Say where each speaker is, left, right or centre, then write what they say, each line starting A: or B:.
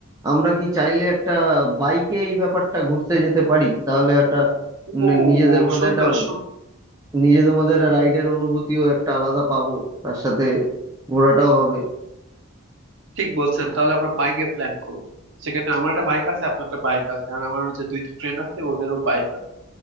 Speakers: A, on the right (about 15°); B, on the right (about 55°).
A: আমরা কি চাইলে একটা বাইকে এই ব্যাপারটা ঘুরতে যেতে পারি তাহলে একটা নি-
B: ও
A: নিজেদের মধ্যে
B: সুন্দর
A: একটা
B: সুন্দর
A: নিজেদের মধ্যে
B: হুম,
A: একটা
B: হুম,
A: রাইডের অনুভূতিও একটা আলাদা পাবো তার সাথে ঘোরাটাও হবে
B: ঠিক বলছেন তাহলে আমরা বাইকে প্ল্যান করি সেক্ষেত্রে আমার একটা বাইক আছে আপনার একটা বাইক আছে আর আমার যে দুইটা ফ্রেন্ড আছে ওদেরও বাইক আছে